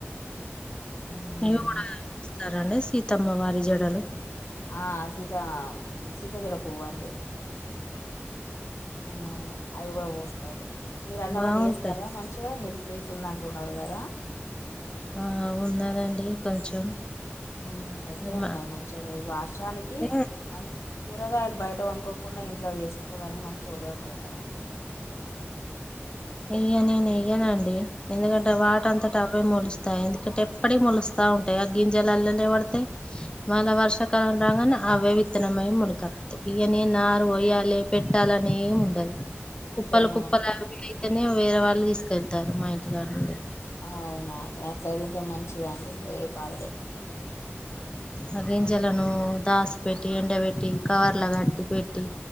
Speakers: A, on the left; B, on the left.
A: ఉమ్,
B: ఇవి కూడా ఇస్తారండి సీతమ్మ వారి జడలు
A: ఆ సీత సీతా జడ పువ్వండి అవునవును అవి కూడా పోస్తారు మీరు అన్నవన్నీ
B: బాగుంటాయి
A: చేస్తారా మంచిగా మీకు ప్లేస్ ఉందంటున్నారు కదా
B: ఆ ఉన్నారాండి కొంచెం
A: ఉమ్ పెట్టాను
B: మా
A: మరి మంచిగా ఈ వర్షానికి
B: అంటే
A: మ కూరగాయలు బయట కొనుకోకుండా ఇంట్లో వేసుకోవడానికి మంచిగా ఉపయోగపడుతా ఉంటాయి
B: ఇయ్యా నేను ఇయ్యానుండి ఎందుకంటే
A: ఎన్
B: వాటంత అవే మలుస్తాయి ఎందుకంటే ఎప్పుడ మొలుస్తా ఉంటాయి ఆ గింజలు అల్లనే పడితే మళ వర్షకాలం రాంగనే అవే విత్తనమయ మొలకట్త్ ఇయానె నారు వోయాలి పెట్టాలనే ఉండదు. కుప్పలు
A: అంతేనా
B: కుప్పలు అవి అయితేనే వేరే వాళ్ళు తీసుకెళ్తారు మా ఇంటి గడ నుండి
A: అవునా అండి అట్లాతే ఇంకా మంచిద అండి ఏ బధ లేకుండా
B: ఆ గింజలను దాసి పెట్టి ఎండ పెట్టి కవర్ల కట్టి పెట్టి